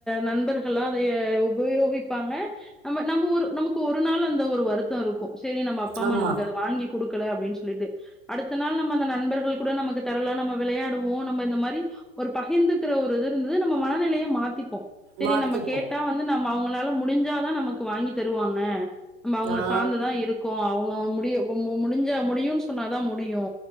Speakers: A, in the centre; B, on the right.
A: நண்பர்கள்லா அதைய உபயோகிப்பாங்க நம்ம நம்ம ஒரு நமக்கு ஒரு நாள் அந்த ஒரு வருத்தம் இருக்கும் செரி நம்ப அப்பா அம்மா
B: ஆமா
A: நமக்கு அதை வாங்கி கொடுக்கல அப்படின்னு சொல்லிட்டு அடுத்த நாள் நம்ம அந்த நண்பர்கள் கூட நமக்கு தரலா நம்ம விளையாடுவோ நம்ம இந்த மாரி ப்டி ஒரு பகிர்ந்துக்கிற ஒரு இது இருந்தது நம்ம மனநிலைய மாத்திப்போம் செரி
B: மாத்திப்போ
A: நம்ம கேட்டா வந்து நம்ம அவங்க ளால முடிஞ்சாதான் நமக்கு வாங்கி தருவாங்க நம்ப அவுங்கள
B: ஆ
A: சாந்துதா இருக்கோ அவங் அவங் முடிய ஒம் ஒம் முடிஞ்சா முடியுன் சொன்னாதா முடியு